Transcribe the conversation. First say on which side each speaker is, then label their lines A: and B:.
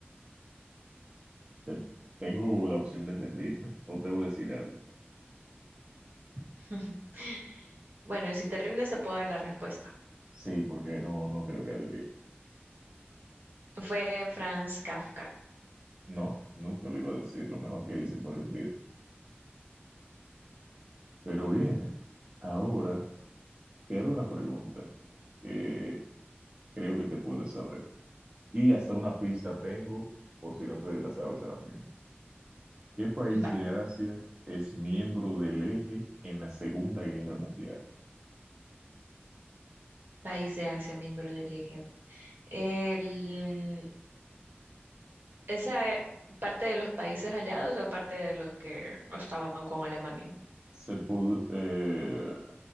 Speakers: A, on the right; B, on the right.
A: Te- tengo la opción de rendirme o te voy a decir algo.
B: <laughs> Bueno, y si te rindes te puedo dar la respuesta.
A: Sí, porque no, no creo que adivine.
B: Fue Franz Kafka.
A: No, nunca lo iba a decir. Lo mejor que hice fue rendir. Pero bien, ahora te haré una pregunta que creo que te puedes saber. Y hasta una pista tengo, por si no te la sabes a la primera. ¿Qué país
B: Bye.
A: de Asia es miembro del Eje en la Segunda Guerra Mundial?
B: País de Asia, miembro del eje. El, ¿esa e- parte de los países aliados o parte de los que estaban con Alemania?
A: Se pod- eh,